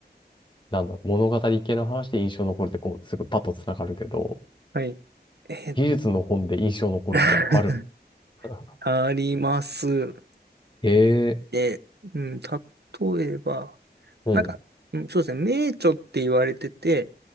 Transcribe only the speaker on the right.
はい。えー
<laughs>
あります。
で、うん、例えば、
なんか、うんそうですね、名著って言われてて、